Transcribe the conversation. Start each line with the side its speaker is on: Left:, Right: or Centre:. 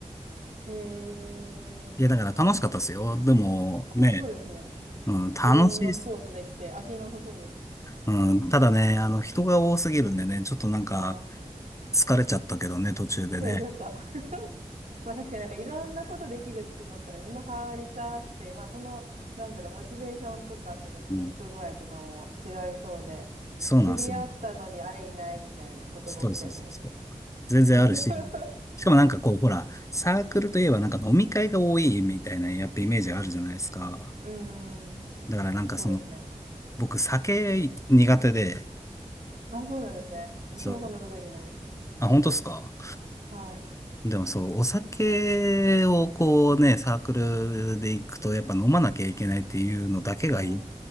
Right: うん。ええー、
Left: いや、だから楽しかったですよ。でも、ね、
Right: 楽しそうですね。
Left: うん、楽しいっす。
Right: いろんなスポーツできて飽きなさそうです。
Left: うん、ただね、あの、人が多すぎるんでね、ちょっとなんか、
Right: ああ、そっか。
Left: 疲れちゃったけどね、途中でね。
Right: 失礼しちゃった。<laughs> まあ確かになんかいろんなことできるってなったらみんな入りたくて、まあその、なんだろう、モチベーションとかそのコミット具合とかも違いそうで、
Left: うん、そうなんですよ。
Right: 知り合ったのにあれいないみたいなことが起きちゃいそうです。
Left: そうそうそう。全然あるし、
Right: <laughs>
Left: しかもなんかこう、ほら、サークルといえばなんか飲み会が多いみたいな、やっぱイメージあるじゃないですか。
Right: うーん、
Left: だからなんかその、
Right: そうですね。
Left: 僕酒苦手で、
Right: あ、そうなんですね。私もそんな得意じゃないです。
Left: そう。あ、本当っすか
Right: はい。
Left: でもそう、お酒をこうね、サークルで行くとやっぱ飲まなきゃいけないっていうのだけがいい。
Right: うー